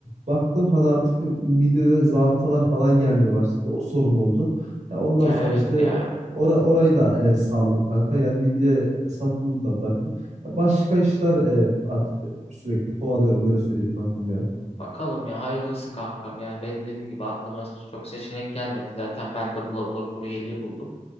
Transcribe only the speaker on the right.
baktım hani artık midede zabıtalar falan gelmeye başladı. O sorun oldu. Ya ondan
sonra
işte
ora, orayı da e, saldım kanka. Yani midye satımını da bıraktım. Ya başka işler e, artık sürekli kovalıyorum öyle söyleyeyim kankam ya.